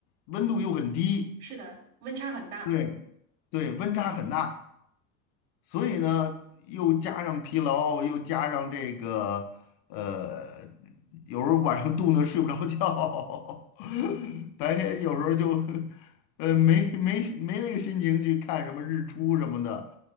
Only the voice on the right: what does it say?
是的，温差很大。